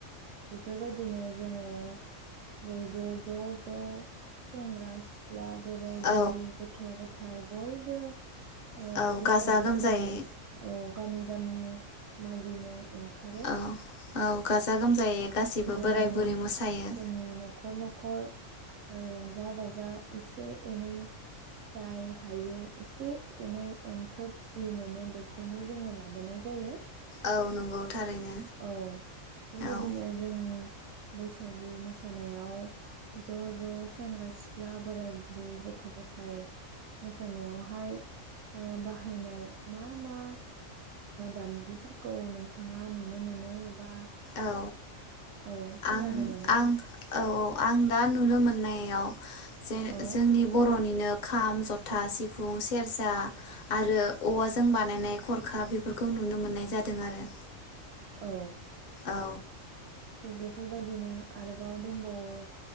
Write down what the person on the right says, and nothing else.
बेफोरबायदिनो जोङो बयबो ज' ज' सेंग्रा सिख्ला सिख्ला बोराइ
बुरि गथ' गथ' नाथाय बयबो ओ
बैसागुखौ
औ गामि गामि मागिनो ओंखारो
बर'नि
जोंनि न'खर न'खर ओ रंजा बाजा एसे एनै जाय हायो एसे एनै अनथोब जि मोनो बेखौनो जोङो लाबोनाय जायो
औ बेफोरबायदिनो
जों बैसागु मोसानायाव ज' ज' सेंग्रा सिख्ला बोराय बुरै गथ' गथाइ मोसानायावहाय ओ बाहायनाय मा मा दामजुफोरखौ नोंथाङा नु नुनो मोनो एबा
औ खोनानो
मोनो
औ
औ।
थिग बेफोरबायदिनो आरोबाव दंबावो